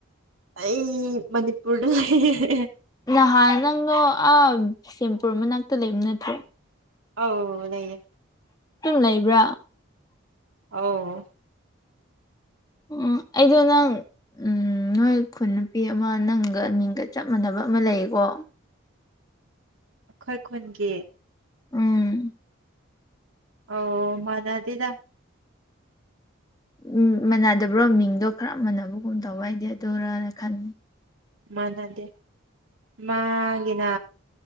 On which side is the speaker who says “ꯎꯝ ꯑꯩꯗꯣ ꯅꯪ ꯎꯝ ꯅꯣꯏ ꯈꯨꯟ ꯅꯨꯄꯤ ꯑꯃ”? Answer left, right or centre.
Left